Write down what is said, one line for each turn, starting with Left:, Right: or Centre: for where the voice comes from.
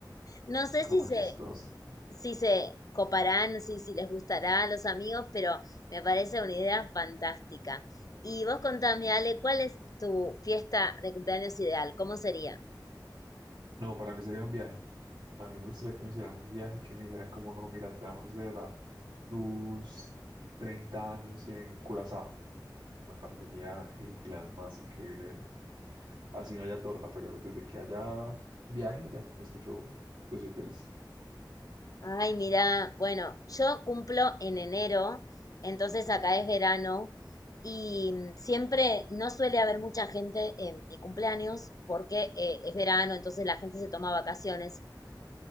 Left: No sé
Right: como
Left: si se,
Right: chistoso.
Left: si se coparán, si, si les gustará a los amigos, pero me parece una idea fantástica. Y vos contame, Ale, ¿cuál es tu fiesta de cumpleaños ideal? ¿Cómo sería?
Right: No, para mí sería un viaje. A mí me gustaría que me hicieran un viaje, que me dijeran como, no, mira, te vamos a celebrar tus 30 años en Curazao. Me parecería el plan más increíble del mundo. Así no haya torta, pero desde que haya viaje, ya con eso yo, yo soy feliz.
Left: Ay, mira, bueno, yo cumplo en enero, entonces acá es verano y mm, siempre no suele haber mucha gente en mi cumpleaños porque eh, es verano, entonces la gente se toma vacaciones.